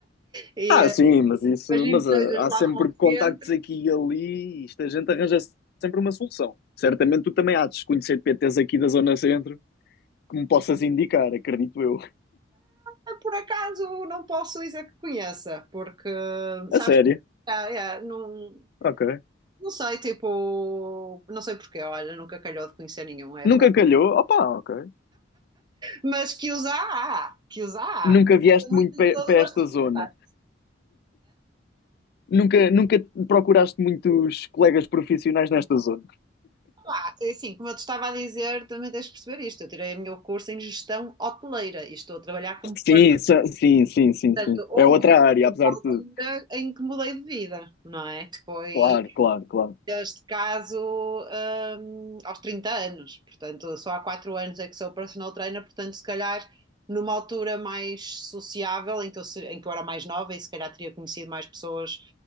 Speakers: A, on the right; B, on the left.
A: e
B: Ah, sim,
A: eh,
B: mas isso,
A: imagino
B: mas
A: que sejas
B: ah,
A: lá
B: há sempre
A: para o
B: contactos
A: centro.
B: aqui e ali, e isto a gente arranja sempre uma solução. Certamente tu também há de conhecer PTs aqui da Zona Centro que me possas indicar, acredito eu.
A: Ah, Por acaso não posso dizer que conheça, porque sabes,
B: A sério?
A: que ah, é, não,
B: Ok.
A: não sei, tipo, não sei porquê, olha, nunca calhou de conhecer nenhum, é
B: Nunca
A: verdade.
B: calhou? Opa, ok.
A: Mas que os há, há, que os há,
B: Nunca
A: há. Mas
B: vieste
A: eu também
B: muito
A: tenho todo
B: para
A: o gosto
B: esta
A: de
B: zona.
A: contar,
B: Nunca, nunca procuraste muitos colegas profissionais nesta zona.
A: Pá, assim, como eu te estava a dizer, também tens de perceber isto. Eu tirei o meu curso em gestão hoteleira e estou a trabalhar como
B: Sim,
A: part-
B: sa- sim, sim, sim,
A: Portanto,
B: sim.
A: houve
B: É outra área,
A: uma
B: apesar
A: altura
B: de tudo.
A: em que mudei de vida, não é? Foi,
B: Claro, claro, claro.
A: neste caso, hum, aos 30 anos. Portanto, só há 4 anos é que sou personal trainer, portanto, se calhar numa altura mais sociável, em que eu, se- em que eu era mais nova e se calhar teria conhecido mais pessoas